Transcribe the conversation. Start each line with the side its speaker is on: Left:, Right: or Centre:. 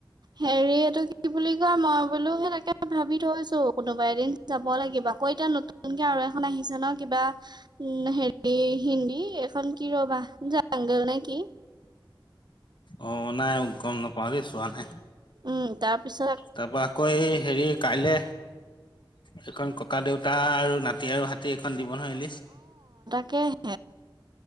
Right: হেৰি এটো কি বুলি মই বোলো সেই তাকে ভাবি থৈছো কোনোবা এদিন যাব লাগিব আকৌ এতিয়া নতুন নতুনকে আৰু এখন আহিছে ন কিবা উম, হেৰি হিন্দী এখন কি ৰ'বা জাংগল নে কি?
Left: অ, নাই গম নাপাও দে ছোৱা নাই।
Right: উম, তাৰ পিছত
Left: তাৰপা আকৌ এই হেৰি কাইলে এইখন ককা দেউতা আৰু নাতি আৰু হাতী এইখন দিব নহয় ৰিলিচ।
Right: কে